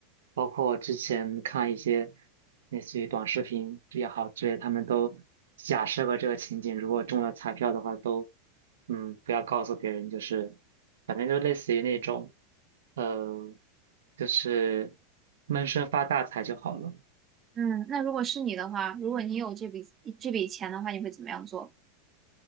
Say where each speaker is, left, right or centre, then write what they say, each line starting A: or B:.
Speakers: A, on the right; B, on the right.
A: 包括我之前看一些类似于短视频也好之类，他们都假设过这个情景，如果中了彩票的话，都嗯不要告诉别人，就是反正就类似于那种呃，就是闷声发大财就好了。
B: 嗯，那如果是你的话，如果你有这笔这笔钱的话，你会怎么样做？